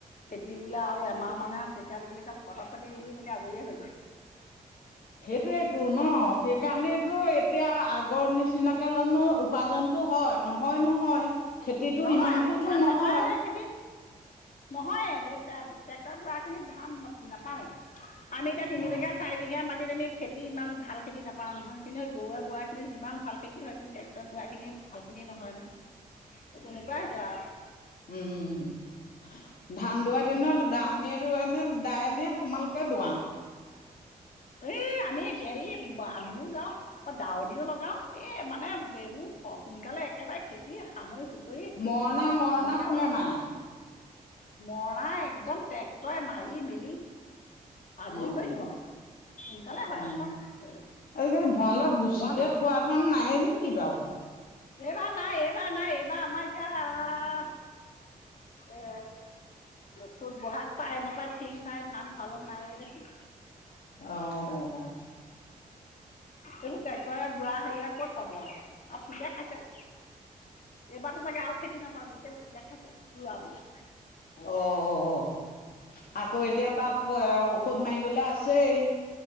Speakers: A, on the left; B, on the left.
A: খেতি বোলে আৰু এমাহ মানুহে আছে এতিয়া আজিকালি এতিয়া ফটা ফটি ৰুই মেলি আজৰিয়ে হৈ যায়।
B: সেইটোৱেটো ন? সেইকাৰণেতো এতিয়া আগৰ নিচিনাকে জানো উপাৰ্জনটো হয় নহয় নহয়, খেতিটো
A: নহয়
B: ইমানটোতো
A: আজিকালি ধান
B: নহয়।
A: নাপায় খেতিত নহয় ট্ৰেক্টৰ বোৱা খিনিত ধান নাপাওঁৱেই আমি এতিয়া তিনিবিঘা
B: অ'
A: চাৰি বিঘা মাটিত আমি খেতি ইমান ভাল খেতি নেপাওঁ নহয়, কিন্তু সেই গৰুৱে বোৱাখিনিত যিমান ভাল খেতি কি হয় কিন্তু ট্ৰেক্টৰ বোৱাখিনিত ভাল খেতি নহয় নহয়, তেনেকুৱা হৈছে আও।
B: উম উম উম্ উম্ ধান দোৱাৰ দিনত দা ৱনীয়ে নে দাইনে তোমালোকে দুৱা?
A: এই আমি হেৰি আমিও যাওঁ। আকৌ দাৱনিও লগাও, এই মানে এইবোৰ সোনকালে একেবাৰে খেতি সামৰি হো তই
B: মৰণা মৰণা
A: আমি
B: কোনে
A: আক
B: মাৰে?
A: মৰনা একদম ট্ৰেক্টৰে মাৰি মেলি আজৰি
B: অ অ
A: কৰি দিওঁ আৰু সোনকালে হয়
B: আজিকালি
A: আৰু চব
B: ভঁৰালত গুছিকে
A: ল'ৰালৰি
B: থোৱা ধান নাইয়ে নেকি বাও?
A: এইবাৰ নাই এইবাৰ নাই এইবা আমাৰ এতিয়া এ চুত বহাগ পায় নেপায় ঠিক নাই, ধান ভঁৰালত নাইয়ে দেখোন।
B: অঁ অঁ অঁ।
A: এইনবোৰ ট্ৰেক্টৰে বোৱা সেৰিয়, ক'ত পাব আৰু। আৰু পোকে খাইছে। এইবাৰতো চাগে আৰু খেতি নাপাওঁ, গোটেই পোকে খাইছে, ৰোৱাবোৰ।
B: অ' অ' অ'! আকৌ, এতিয়া পৰা ঔষধ মাৰিবলৈ আছেই।